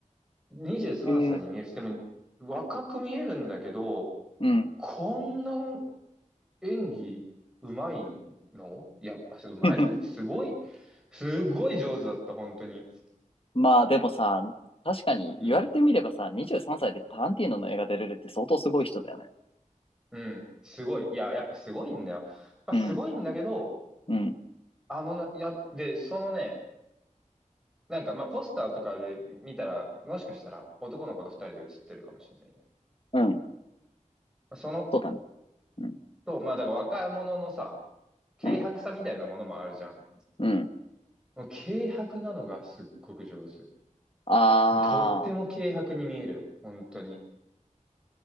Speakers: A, in the centre; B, on the left.
A: 23歳に見えるし、
B: へえ、
A: でも若く見えるんだけど、
B: うん。
A: こんな演技うまいのやっぱうまい、
B: <laughs>
A: すごい、すごい上手だった、本当に。
B: まあでもさ、確かに言われてみればさ、
A: うん。
B: 23歳でタランティーノの映画出れるって相当すごい人だよね。
A: うん。すごい。いや、やっぱすごいんだよ。やっぱすごいんだけど、
B: うん、うん、
A: あのな、や、で、そのね、なんか、まあ、ポスターとかで見たら、もしかしたら男の子と二人で写ってるかもしれない、ね。
B: うん。
A: まあその子
B: そうだね。うん、
A: と、まあ、だから若者のさ、軽薄さみたいなものもあるじゃん。
B: うん、うん。
A: もう軽薄なのがすっごく上手。
B: あ
A: とっても軽薄に見えるよ。本当に。